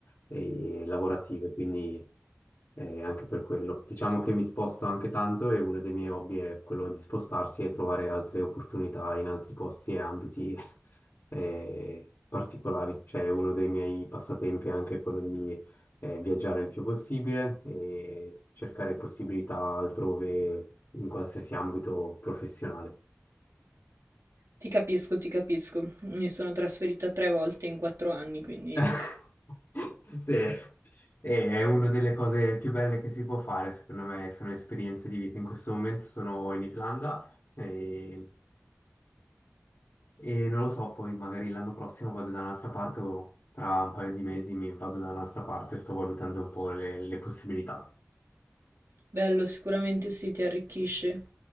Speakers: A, on the left; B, on the right.
A: eh, lavorative, quindi eh, anche per quello. Diciamo che mi sposto anche tanto e uno dei miei hobby è quello di spostarsi e trovare altre opportunità in altri posti e ambiti <laughs> eh, particolari. Cioè, uno dei miei passatempi è anche quello di eh, viaggiare il più possibile e cercare possibilità altrove in qualsiasi ambito professionale.
B: Ti capisco, ti capisco. Mi sono trasferita tre volte in quattro anni, quindi
A: <laughs> Sì, e è una delle cose più belle che si può fare, secondo me, sono esperienze di vita. In questo momento sono in Islanda e, e non lo so, poi magari l'anno prossimo vado da un'altra parte o tra un paio di mesi mi vado da un'altra parte, sto valutando un po' le le possibilità.
B: bello, sicuramente sì, ti arricchisce.